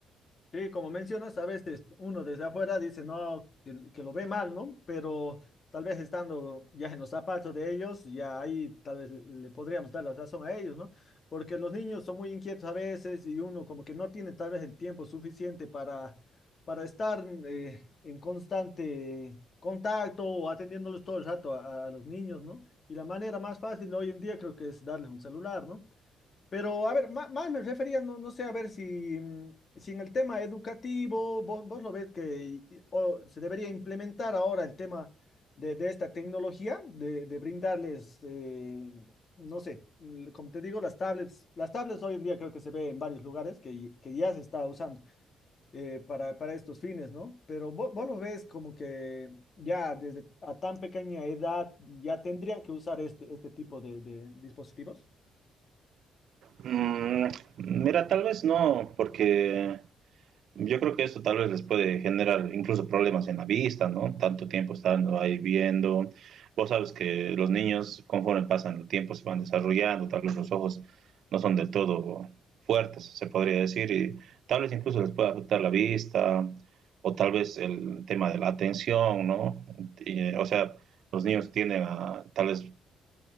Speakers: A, on the left (about 45°); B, on the right (about 70°).
A: Sí, como mencionas, a veces uno desde afuera dice, no, que, que lo ve mal, ¿no? Pero tal vez estando ya en los zapatos de ellos, ya ahí tal vez le podríamos dar la razón a ellos, ¿no? Porque los niños son muy inquietos a veces y uno como que no tiene tal vez el tiempo suficiente para, para estar eh, en constante contacto o atendiéndolos todo el rato a, a los niños, ¿no? Y la manera más fácil hoy en día creo que es darles un celular, ¿no? Pero a ver, ma- más, me refería, no, no sé, a ver si, mm, si en el tema educativo vos, vos lo ves que y- y- o se debería implementar ahora el tema de, de esta tecnología, de, de brindarles, eh, no sé, l- como te digo, las tablets, las tablets hoy en día creo que se ve en varios lugares que, que ya se está usando eh, para, para estos fines, ¿no? Pero vos, vos lo ves como que ya desde a tan pequeña edad ya tendrían que usar este, este tipo de de dispositivos.
B: Mm, mira, tal vez no, porque Yo creo que esto tal vez les puede generar incluso problemas en la vista, ¿no? Tanto tiempo estando ahí viendo. Vos sabes que los niños, conforme pasan el tiempo, se van desarrollando, tal vez los ojos no son del todo fuertes, se podría decir, y tal vez incluso les pueda afectar la vista o tal vez el tema de la atención, ¿no? Y, eh, o sea, los niños tienden a tal vez